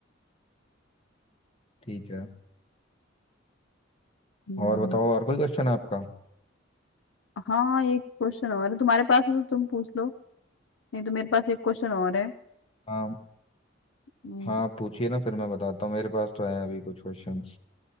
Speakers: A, on the left; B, on the left.
A: ठीक है
B: हम्म,
A: और बताओ और कोई क्वेश्चन है आपका
B: हाँ एक क्वेश्चन और है तुम्हारे पास हो तो तुम पूछ लो नहीं तो मेरे पास एक क्वेश्चन और है
A: हाँ
B: हम्म,
A: हाँ पूछिए ना फिर मैं बताता हूँ मेरे पास तो है अभी कुछ क्वेश्चंस